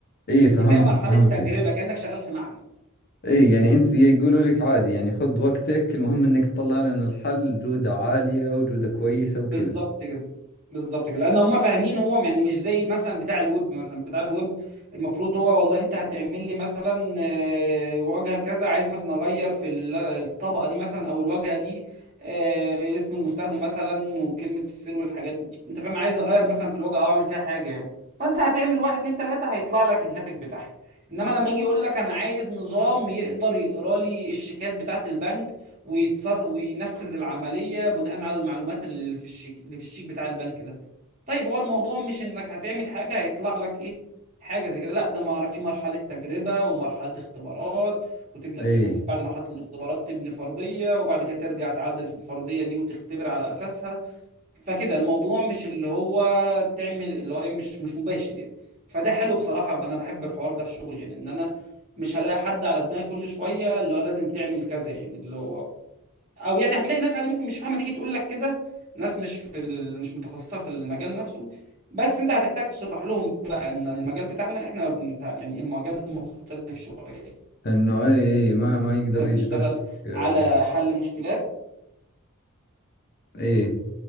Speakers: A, on the left (about 45°); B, on the right (about 35°).
A: اي
B: فاهمني
A: فهمتك
B: فهي مرحله
A: فهمتك
B: تجربه كانك شغال في معمل
A: اي يعني انت يقولوا لك عادي يعني خذ وقتك المهم انك تطلع لنا الحل جودة عالية وجودة كويسة وكذا
B: بالظبط كده بالظبط كده لان هم فاهمين هو يعني مش زي مثلا بتاع الويب مثلا بتاع الويب المفروض هو والله انت هتعمل لي مثلا آه، واجهه كذا عايز مثلا اغير في ال- الطبقه دي مثلا او الواجهه دي آه، اسم المستخدم مثلا وكلمه السر والحاجات دي انت فاهم عايز اغير مثلا في الواجهه او اعمل فيها حاجه يعني فانت هتعمل واحد اتنين تلاته هيطلع لك الناتج بتاعها انما لما يجي يقول لك انا عايز نظام يقدر يقرا لي الشيكات بتاعه البنك ويتصر وينفذ العملية بناء على المعلومات اللي في الشيك اللي في الشيك بتاع البنك ده طيب هو الموضوع مش انك هتعمل حاجة هيطلع لك ايه حاجة زي كده لا ده ما في مرحلة تجربة ومرحلة اختبارات وتبدأ
A: اي
B: تشوف بعد مرحلة الاختبارات تبني فرضية وبعد كده ترجع تعدل في الفرضية دي وتختبر على أساسها فكده الموضوع مش اللي هو تعمل اللي هو ايه مش مش مباشر يعني فده حلو بصراحة انا بحب الحوار ده في شغلي يعني ان انا مش هلاقي حد على دماغي كل شوية اللي هو لازم تعمل كذا يعني اللي هو او يعني هتلاقي ناس عادي ممكن مش فاهمه تيجي تقول لك كده ناس مش في ال... مش متخصصه في المجال نفسه بس انت هتحتاج تشرح لهم بقى ان المجال بتاعنا احنا بنت... يعني إيه المجال مختلف شويه
A: انه اي اي ما ما يقدر
B: احنا بنشتغل
A: يجبرك آه،
B: على حل مشكلات
A: اي